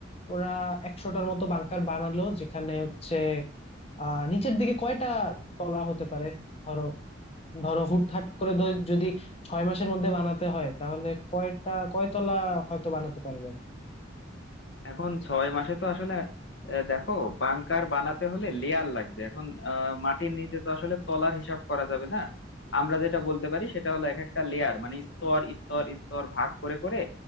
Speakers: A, on the left; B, on the left.
A: ওরা একশোটার মতো বাংকার বানালো যেখানে হচ্ছে আহ নিচের দিকে কয়টা তলা হতে পারে ধরো ধরো হুটহাট করে ধর যদি ছয় মাসের মধ্যে বানাতে হয় তাহলে কয়টা কয়তলা হয়তো বানাতে পারবে
B: এখন ছয় মাসে তো আসলে আহ, দেখো বাংকার বানাতে হলে লেয়ার লাগবে এখন আহ, মাটির নিচে তো আসলে তলার হিসাব করা যাবে না আমরা যেটা বলতে পারি সেটা হলো এক একটা লেয়ার মানে স্তর স্তর স্তর ভাগ করে করে